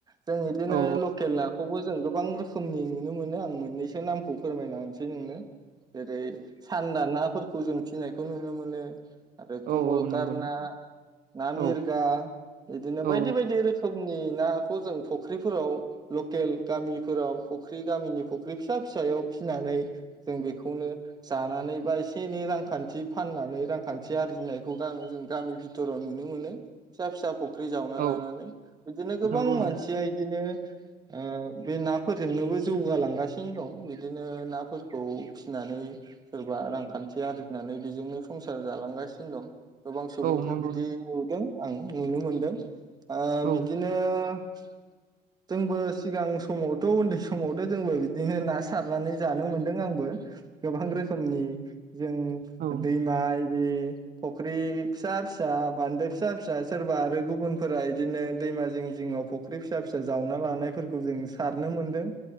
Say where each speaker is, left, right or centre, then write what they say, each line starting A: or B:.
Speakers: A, on the right; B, on the right.
A: जों इदिनो
B: औ
A: लकेल नाखौबो जों गोबां रोखोमनि नुनो मोनो आं मोननैसो नामखौ फोरमायना होसै नोंनो जेरै सानदा नाफोरखौ जों फिनायखौ नुनो मोनो। आरो कमलकार
B: औ औ नंगौ नोंथां
A: ना ना
B: औ
A: मिरगा इदिनो
B: औ
A: बायदि बायदि रोखोम उननि नाखौ जों फुख्रिफोराव लकेल गामिफोराव फुख्रि गामिनि फख्रि फिसा फिसायाव फिनानै जों बेखौनो जानानै बा एसे एनै रांखान्थि फाननानै रांखान्थि आरजिनायखौ गामि जों गामि भिथोराव नुनो मोनो फिसा फिसा फख्रि जावना
B: औ
A: लानानै बिदिनो गोबां
B: नंगौ
A: मानसिया
B: नंगौ
A: इदिनो ओ बे नाफोर जोंनोबो जौगालांगासिनो दं बिदिनो नाफोरखौ फिनानै सोरबा रांखान्थि आरजिनानै बेजोंनो संसार जालांगासिनो दं। गोबां सुबुंखौ
B: औ नंगौ
A: बिदि
B: नंगौ
A: नुदों। आं नुनो मोनदों। ओ
B: औ
A: बिदिनो <inaudible> जोंबो सिगां समाव थ' उन्दै समावथ' जोंबो बिद दिनो ना सारनानै जानो मोनदों आंबो। गोबां रोखोमनि जों
B: औ
A: दैमा आरि फुख्रि फिसा फिसा बान्दो फिसा फिसा सोरबा आरो गुबुन फोरा इदिनो दैमा जिं जिङाव फख्रि फि फिसा फिसा जावना लानायफोरखौ जों सारनो मोनदों